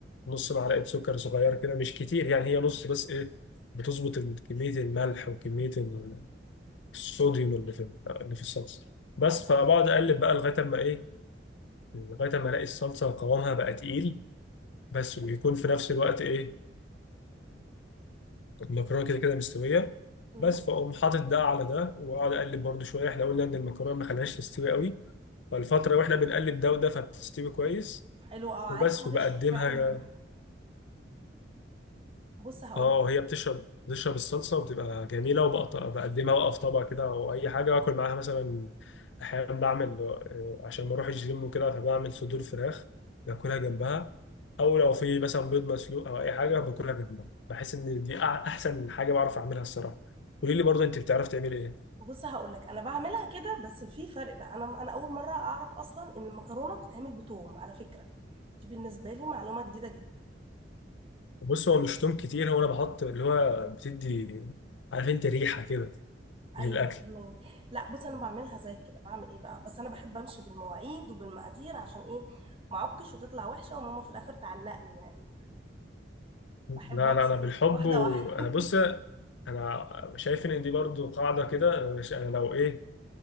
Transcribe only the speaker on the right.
آه،
حلو جدا
أمم،
حلو اه
عارف هتشرب
فعلا منها بص هقول
لك
بص هقول لك انا بعملها كده بس في فرق بقى انا انا اول مره اعرف اصلا ان المكرونه بتتعمل بتوم على فكره دي بالنسبه لي معلومه جديده جدا
ايوه
فهمت لا بص انا بعملها زي كده بعمل ايه بقى بس انا بحب امشي بالمواعيد وبالمقادير عشان ايه ما اعكش وتطلع وحشه وماما في الاخر تعلقني يعني
بحب امشي
واحده
واحده
<laughs>